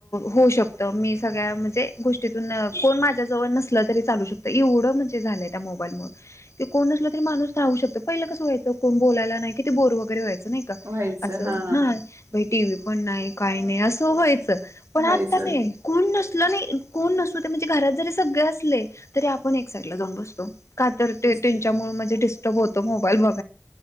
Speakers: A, on the left; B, on the right.
A: होऊ शकतं मी सगळ्या ते गोष्टीतून कोण माझ्या जवळ नसल तरी चालू शकत एवढ म्हणजे झालं त्या मो ते कोण नसल तरी माणूस राहू शकत पहील कस व्हायच कोण बोलायला नाही की ते बोर व गैरे व्हायच. ते नाही का!
B: व्हायचं
A: अस
B: हा
A: ह टी व्ही पण नाही काही नाही असं व्हायचं. पण
B: व्हायचं
A: आता नाही कोण नसल नाही. कोण नसुदे ते म्हणजे घरात जरी सगळे असले तरी आपण एक साईडला जाऊन बसतो. का तर ते
B: दिसत
A: त्यांच्यामुळे म्हणजे डिस्टर्ब होतो मोबाईल बघ